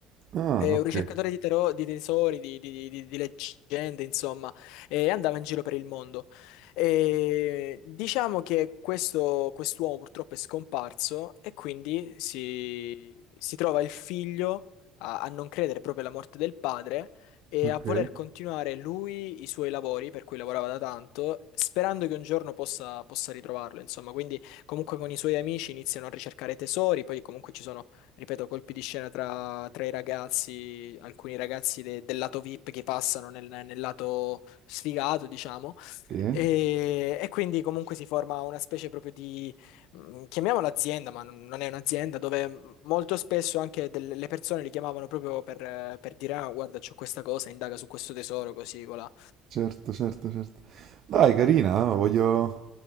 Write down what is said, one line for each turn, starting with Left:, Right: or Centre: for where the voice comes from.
Right: Ah,
Left: È
Right: ok.
Left: un ricercatore di, tero- di tesori, di, di- di- di leggende, insomma, e andava in giro per il mondo. E diciamo che questo, quest'uomo purtroppo è scomparso e quindi si, si trova il figlio a, a non credere proprio alla morte del padre e
Right: Ok.
Left: a voler continuare lui i suoi lavori per cui lavorava da tanto, sperando che un giorno possa, possa ritrovarlo, insomma. Quindi comunque con i suoi amici iniziano a ricercare tesori, poi comunque ci sono ripeto, colpi di scena tra, tra i ragazzi, alcuni ragazzi de- del lato VIP che passano nel, nel lato sfigato, diciamo.
Right: Sì,
Left: E, e quindi comunque si forma una specie proprio di, mh, chiamiamola azienda, ma non non è un'azienda, dove molto spesso anche delle le persone li chiamavano proprio per, eh, per dire, ah, guarda, c'ho questa cosa, indaga su questo tesoro, così, colà.
Right: certo, certo, certo. Dai, carina, eh, voglio,